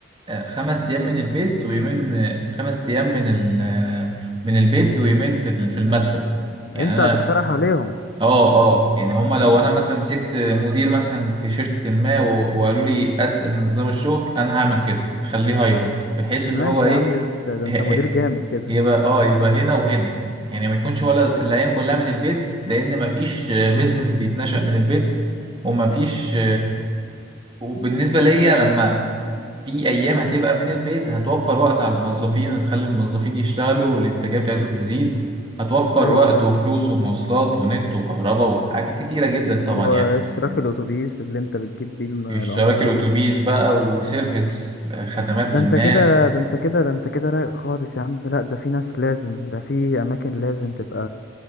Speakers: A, on the right; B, on the left.
A: آه، خمس ايام من البيت ويومين آه، خمس ايام من ال- آه، من البيت ويومين في ال- في المكتب يعني
B: انت
A: انا
B: هتقترح عليهم
A: اه اه يعني هما لو انا مثلا مسكت مدير مثلا في شركة ما و- وقالوا لي قسم نظام الشغل انا هعمل كده خليه هايبرد بحيث اللي
B: ماشي
A: هو ايه
B: يا عم ده انت ده
A: إيه-
B: انت
A: إيه،
B: مدير جامد كده
A: يبقى اه يبقى هنا وهنا يعني ما يكونش ولا الايام كلها من البيت لان ما فيش بيزنس بيتنشأ من البيت وما فيش وبالنسبة ليا لما في ايام هتبقى من البيت هتوفر وقت على الموظفين هتخلي الموظفين يشتغلوا والانتاجيه بتاعتهم تزيد هتوفر
B: ايوه
A: وقت
B: فاهم
A: وفلوس ومواصلات ونت وكهرباء وحاجات كتيره جدا طبعا
B: واشتراك
A: يعني
B: الاتوبيس اللي انت بتجيب بيه الم- العمال
A: اشتراك الاتوبيس بقى وسيرفيس آه، خدمات
B: ده
A: للناس
B: انت كده ده انت كده ده انت كده رايق خالص يا عم لا ده في ناس لازم ده في اماكن لازم تبقى